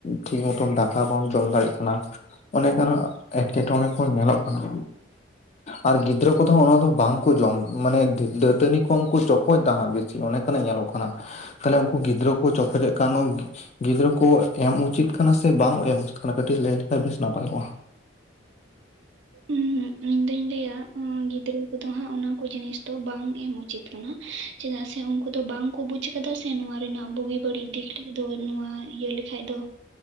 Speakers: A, on the left; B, on the right.
A: ᱴᱷᱤᱠ ᱢᱚᱛᱚᱱ ᱫᱟᱠᱟ ᱵᱟᱢ ᱡᱚᱢ ᱫᱟᱲᱮᱭᱟᱜ ᱠᱟᱱᱟ ᱾ ᱚᱱᱮ ᱚᱱᱠᱟᱱᱟᱜ ᱮᱴᱠᱮ ᱴᱚᱬᱮ ᱠᱚ ᱧᱮᱞᱚᱜ ᱠᱟᱱᱟ ᱟᱨ ᱜᱤᱫᱽᱨᱟᱹ ᱠᱚᱫᱚ ᱚᱱᱟ ᱫᱚ ᱵᱟᱝ ᱠᱚ ᱡᱚᱢ, ᱢᱟᱱᱮ ᱫᱟᱹᱛᱟᱹᱱᱤ ᱠᱷᱚᱱ ᱠᱚ ᱪᱚᱯᱚᱡ ᱫᱟ ᱦᱟᱸᱜ ᱵᱮᱥᱤ ᱚᱱᱮ ᱠᱷᱚᱱᱟᱜ ᱧᱮᱞᱚᱜ ᱠᱟᱱᱟ ᱾ ᱛᱟᱦᱚᱞᱮ ᱩᱱᱠᱩ ᱜᱤᱫᱽᱨᱟᱹ ᱠᱚ ᱪᱚᱯᱚᱡᱮᱫ ᱠᱟᱱ ᱜᱤᱫᱽᱨᱟᱹ ᱠᱚ ᱮᱢ ᱩᱪᱤᱛ ᱠᱟᱱᱟ ᱥᱮ ᱵᱟᱝ ᱮᱢ ᱩᱪᱤᱛ ᱠᱟᱱᱟ ᱾ ᱠᱟᱹᱴᱤᱡ ᱞᱟᱹᱭ ᱞᱮᱠᱷᱟᱱ ᱵᱮᱥ ᱱᱟᱯᱟᱭ ᱠᱚᱜᱼᱟ ᱾
B: ᱦᱩᱸ ᱾ ᱤᱧ ᱫᱩᱧ ᱞᱟᱹᱭᱟ ᱜᱤᱫᱽᱨᱟᱹ ᱠᱚᱫᱚ ᱦᱟᱸᱜ, ᱚᱱᱟ ᱠᱚ ᱡᱤᱱᱤᱥ ᱫᱚ ᱵᱟᱝ ᱮᱢ ᱩᱪᱤᱛ ᱠᱟᱱᱟ ᱾ ᱪᱮᱫᱟᱜ ᱥᱮ ᱩᱱᱠᱩ ᱫᱚ ᱵᱟᱝ ᱠᱚ ᱵᱩᱡ ᱟᱠᱟᱫᱟ ᱥᱮ ᱱᱚᱣᱟ ᱨᱮᱱᱟᱜ ᱵᱩᱜᱤ ᱵᱟᱹᱲᱤᱡ ᱫᱤᱠ ᱫᱚ ᱱᱚᱣᱟ ᱤᱭᱟᱹ ᱞᱮᱠᱷᱟᱡ ᱫᱚ